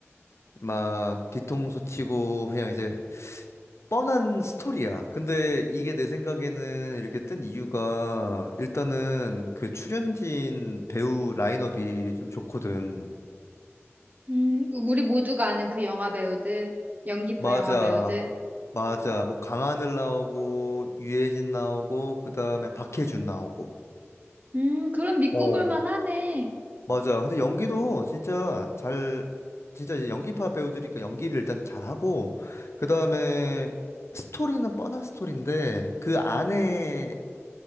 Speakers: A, on the left; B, on the right.
A: 막, 뒤통수 치고, 그냥 이제, 뻔한 스토리야. 근데 이게 내 생각에는 이렇게 뜬 이유가, 일단은 그 출연진 배우 라인업이 좀 좋거든.
B: 음, 우리 모두가 아는 그 영화 배우들, 연기파
A: 맞아.
B: 영화 배우들.
A: 맞아. 뭐 강하늘 나오고 유해진 나오고 그다음에 박해준 나오고.
B: 음, 그럼 믿고
A: 어.
B: 볼 만하네.
A: 맞아. 근데 연기도 진짜 잘 진짜 이제 연기파 배우들이니까 연기를 일단 잘하고 그다음에 스토리는 뻔한 스토리인데 그 안에